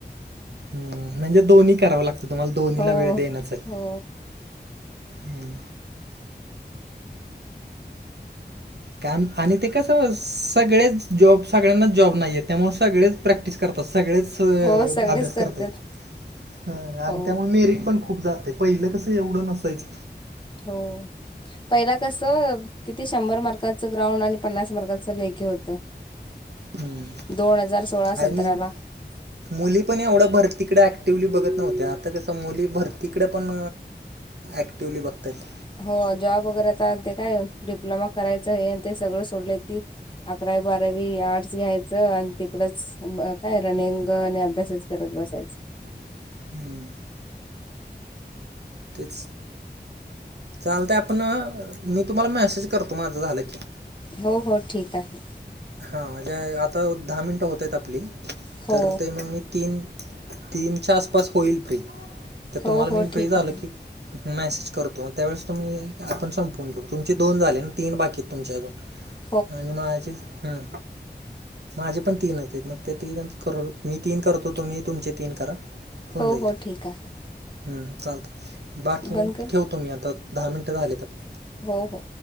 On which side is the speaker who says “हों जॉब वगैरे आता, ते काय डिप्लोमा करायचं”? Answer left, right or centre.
Left